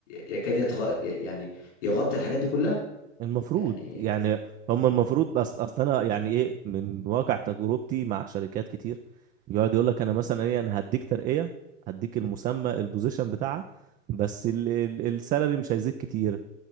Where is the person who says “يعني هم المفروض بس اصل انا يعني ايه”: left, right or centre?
Right